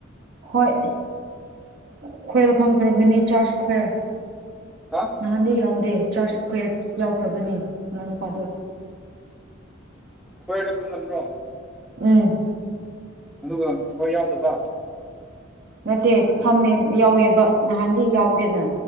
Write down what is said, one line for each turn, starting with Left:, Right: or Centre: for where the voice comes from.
Right: ꯍꯣꯏ <unintelligible>
Centre: ꯍꯥ
Right: ꯅꯍꯥꯟꯗꯤ ꯌꯥꯎꯗꯦ ꯆꯥꯔꯁ ꯀꯨꯌ‌ꯦꯠ ꯌꯥꯎꯈ꯭ꯔꯕꯅꯤ ꯃꯅꯥꯎꯅꯨꯨꯄꯥꯗꯨ
Centre: ꯀꯣꯏꯔ ꯈꯨꯜꯂꯝꯕ꯭ꯔꯣ
Right: ꯎꯝ
Centre: ꯑꯗꯨꯒ ꯑꯩꯈ‌ꯣꯏ ꯌꯥꯎꯗꯕ
Right: ꯅꯠꯇꯦ ꯐꯝꯃꯦ ꯌꯥꯎꯋꯦꯕ ꯅꯍꯥꯟꯗꯤ ꯌꯥꯎꯗꯦꯅ